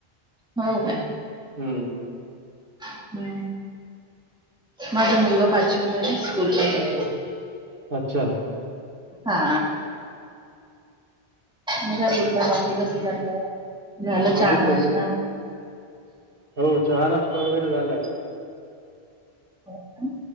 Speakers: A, in the centre; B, on the right.
A: हो का
B: हमं
A: हम् माझा मुलगा पाचवीला आहे स्कूल ला जातो
B: अच्छा
A: हा मग काय बोलता बाकी कसं चाललंय झालं चहा
B: आधी सगळं
A: नाश्ता
B: हो चहा नाष्टा वगैरे झालाय
A: हो काय?